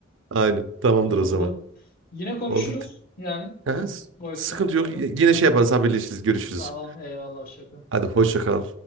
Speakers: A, on the right (about 70°); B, on the left (about 50°).
A: Aynen. Tamamdır
B: Oldu.
A: o zaman.
B: Yine konuşuruz
A: Oldu.
B: yani
A: Aha, s-
B: boş
A: sıkıntı
B: zamanlarda.
A: yok. Y- Yine şey yaparız haberleşiriz. Görüşürüz.
B: Tamam eyvallah şaka.
A: Hadi hoşça kal.